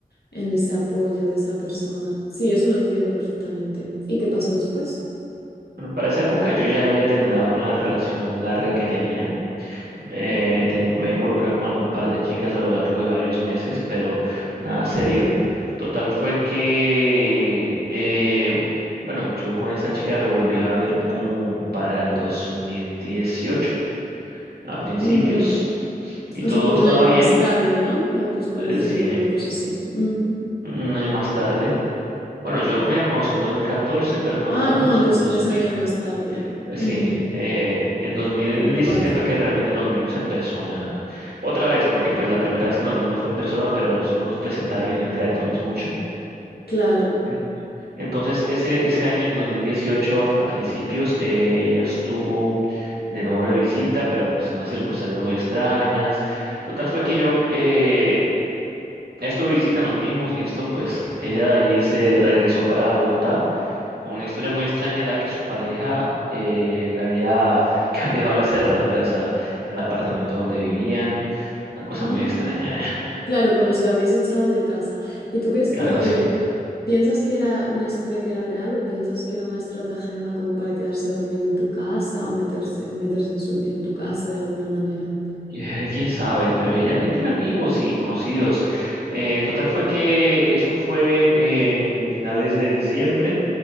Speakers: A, on the left (about 80°); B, on the right (about 85°).
A: en ese apoyo de esa persona. Sí, eso lo entiendo perfectamente. ¿Y qué pasó después?
B: Bueno, para esa época yo ya había terminado con la relación larga que tenía. eh,
A: Ujú.
B: te- me he involucrado con algún par de chicas a lo largo de varios meses, pero nada serio. Total fue que, eh, bueno, yo con esa chica me volví a ver como para el 2018 a principios,
A: Mm,
B: y
A: O
B: todo
A: sea, como
B: estaba
A: un año
B: bien.
A: más tarde, ¿no? De haberos conocido,
B: Eh, Sí,
A: una cosa así. Ujú.
B: un año más tarde. Bueno, yo con ella me conocí en 2014, pero no hablamos
A: Ah, no, entonces
B: en 2000.
A: tres años más tarde.
B: Eh,
A: Ujú,
B: Sí, eh, en dos mil
A: O
B: diecisiete
A: cuatro,
B: fue que realmente nos vimos en persona. Otra vez, porque pues la primera vez que nos vimos fue en persona, pero solo nos presentaron y no interactuamos mucho.
A: claro.
B: En- Entonces, ese, ese año, en 2018, a, a principios, eh, ella estuvo de nuevo de visita, pero pues, en unas circunstancias muy extrañas. Total fue que yo... eh, Estuve de visita, nos vimos, listo, pues ella allí se regresó para Bogotá con una historia muy extraña en la que su pareja eh, le había <laughs> cambiado las cerraduras a- al apartamento donde vivían. Una cosa
A: Ah,
B: muy extraña,
A: claro, como si la hubiese echado de casa. ¿Y tú crees
B: <laughs>
A: que,
B: algo
A: oye,
B: así.
A: piensas que era una historia que era real o piensas que era una estratagema como para quedarse a dormir en tu casa o meterse, o meterse en su- en tu casa de alguna manera?
B: Eh, quién sabe, pero ella, ella tiene amigos y conocidos. Eh, total fue que eso fue en finales de diciembre